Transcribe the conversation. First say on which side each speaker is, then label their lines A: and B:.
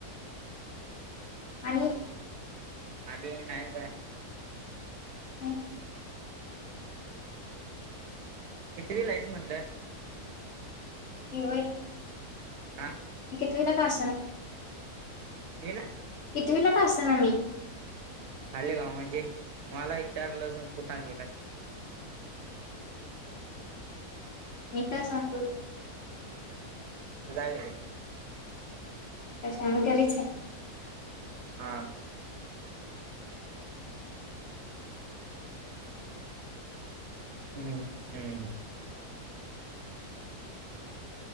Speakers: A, on the left (about 55°); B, on the right (about 80°).
A: आणि
B: आध नाही का
A: का
B: कितवीला आहेस म्हणलं
A: हवय
B: हा
A: कितवीला का असणा
B: येला
A: कित वीला का असं ना मी
B: आले गाव म्हणजे मला एक चार लस तू सांगे का <inaudible>
A: मी काय सांगू
B: जाग र
A: अ आम कररीच
B: हा हम्म हम्म